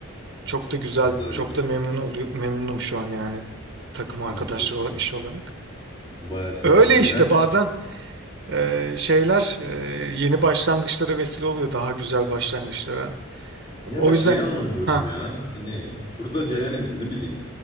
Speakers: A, on the right; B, on the left.
A: Çok da güzel,
B: Güzel
A: çok
B: güzel.
A: da memnun oluyor. Memnunum şu an yani takım arkadaşlar
B: Oh çok
A: olarak,
B: iyi.
A: iş olarak.
B: Baya sevindim
A: Öyle işte
B: ya.
A: bazen e, şeyler e, yeni başlangıçlara vesile oluyor. Daha güzel başlangıçlara.
B: Ya
A: O
B: ben şeyi
A: yüzden
B: anlamıyorum
A: ha
B: ya. Yani burada yani ne bileyim.